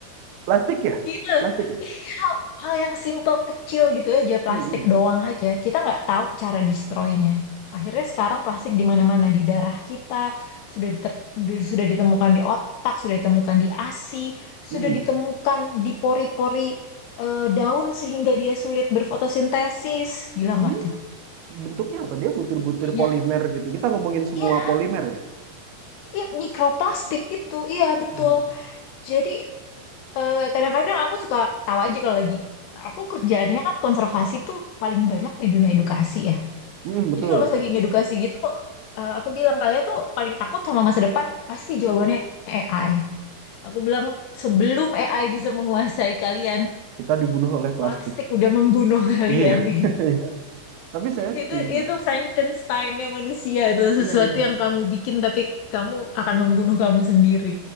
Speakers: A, on the right; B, on the left.
A: Plastik ya?
B: Gila.
A: Plastik
B: Iya,
A: ya?
B: Hal, hal yang simple kecil gitu aja
A: Hmm,
B: plastik
A: hmm, hmm.
B: doang aja. Kita nggak tahu cara destroy-nya. Akhirnya sekarang plastik di mana-mana di darah kita sudah diter- di- sudah ditemukan di otak, sudah ditemukan di ASI, sudah
A: Hmm.
B: ditemukan di pori-pori eh, daun sehingga dia sulit berfotosintesis. Gila nggak
A: Ini
B: tuh?
A: bentuknya apa? Dia butir-butir
B: Jadi kayaknya
A: polimer gitu. Kita ngomongin semua
B: iya,
A: polimer ya?
B: iya, mikroplastik itu iya betul.
A: Hmm.
B: Jadi Eh, kadang-kadang aku suka tahu aja kalau lagi aku kerjaannya kan konservasi tuh paling banyak di dunia edukasi ya.
A: Hmm, betul.
B: Jadi kalau pas lagi ngedukasi gitu, eh, aku bilang kalian tuh paling takut sama masa depan pasti jawabannya AI. Aku bilang sebelum AI bisa menguasai kalian,
A: Kita dibunuh oleh plastik.
B: plastik udah membunuh <laughs> kalian
A: Iya.
B: nih.
A: <laughs> Tapi saya
B: Itu
A: setuju.
B: itu Frankensteinnya manusia itu
A: Iya,
B: sesuatu
A: iya.
B: yang kamu bikin tapi kamu akan membunuh kamu sendiri.